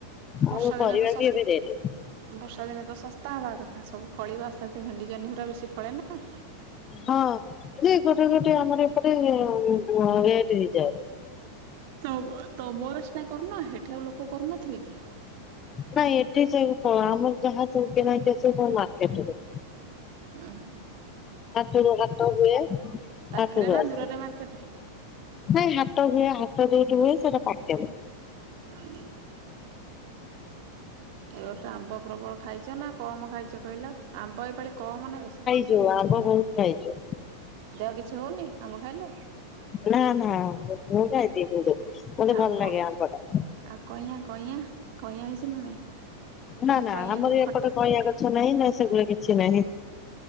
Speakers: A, on the right (about 45°); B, on the left (about 25°).
A: ବର୍ଷା
B: ଆଉ
A: ଦିନେ
B: ପରିବା
A: ତ ଶସ୍ତା
B: ବି ଏବେ ରେଟ୍।
A: ବର୍ଷା ଦିନେ ତ ଶସ୍ତା ହବା କଥା, ସବୁ ଫଳିବ ଆସ୍ତେ ଆସ୍ତେ ଭେଣ୍ଡି ଜହ୍ନି ଗୁରା ବେଶି ଫଳେ ନା?
B: ହଁ ଯେ ଗୋଟେ ଗୋଟେ ଆମର ଏପଟେ ରେଟ୍ ହେଇଯାଏ।
A: <unintelligible> ତମର ସିନା କରୁନ ହେଠି ଆଉ ଲୋକ କରୁନଥିବେ କି?
B: ନାଇଁ ଏଠି ସବୁ କଣ ଆମର ଯାହା ସବୁ କିଣା ହେଇକି ଆସିବ ସବୁ ମାର୍କେଟ‌ରୁ।
A: ଉଁ ହୁଁ।
B: ହାତରୁ ହାଟ ହୁଏ
A: ପାଖରେ
B: ହାଟ ରୁ
A: ନା
B: ଆସେ।
A: ଦୂରରେ ମାର୍କେଟ?
B: ନାଇଁ ହାଟ ହୁଏ ହାଟ ଯଉଠି ହୁଏ ସେଟା ପାଖେରେ।
A: ହୁଁ। ଏ ବର୍ଷ ଆମ୍ବ ପ୍ରବଳ ଖାଇଚ ନା କମ ଖାଇଚ କହିଲ ଆମ୍ବ ଏ ପାଳି କମ ନା ବେଶୀ?
B: ଯିବୁ ଆମ୍ବ ବହୁତ ଖାଇଛୁ।
A: ଦେହ କିଛି ହଉନି ଆମ୍ବ ଖାଇଲେ?
B: ନା ନା ମ ପୁଅ ଖାଇଦେ <unintelligible> ମୋତେ
A: ଆଉ
B: ଭଲ
A: କ
B: ଲାଗେ ଆମ୍ବ ଟା।
A: ଆଉ କଇଆଁ କଇଆଁ କଇଆଁ ହେଇଛି ନା ନାଇଁ? ମାନେ
B: ନା ନା
A: କଇଁଆ
B: ଆମର
A: ଯୋଉ
B: ଏପଟେ
A: ଖଟା
B: କଇଁଆ ଗଛ ନାହିଁ ନା ସେଗୋରା କିଛି ନାହିଁ।